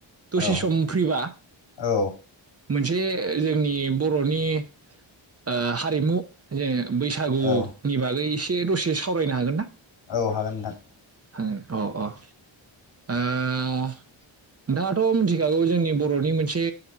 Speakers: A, on the right; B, on the left.
A: दसे
B: औ
A: सम फ्रिबा
B: औ
A: मोनसे जोंनि बर'नि ओ हारिमु जे बैसागुनि
B: औ
A: बागै दे दसे सावरायनो हागोन ना
B: औ हागोन नोंथां।
A: हागोन। औ औ ओ नोंथाङाथ मिन्थिखागौ जोंनि बरनि मोनसे